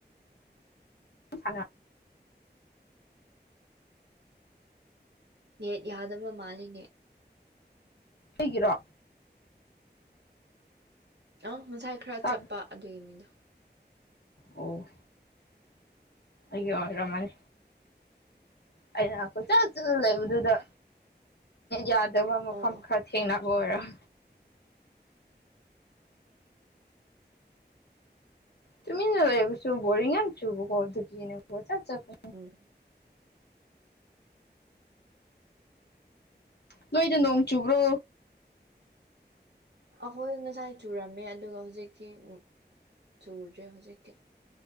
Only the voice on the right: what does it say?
ꯅꯦꯠ ꯌꯥꯗꯕ ꯃꯥꯜꯂꯤꯅꯦ
ꯑ ꯉꯁꯥꯏ ꯈꯔ
ꯆꯠꯄ ꯑꯗꯨꯒꯤꯅꯤꯗ
ꯑꯣ ꯑꯣ
ꯎꯝ
ꯑꯍꯣꯏ ꯉꯁꯥꯏ ꯆꯨꯔꯝꯃꯦ ꯑꯗꯨꯒ ꯍꯧꯖꯤꯛꯇꯤ ꯑꯝ ꯆꯨꯗ꯭ꯔꯦ ꯍꯧꯖꯤꯛꯀꯤ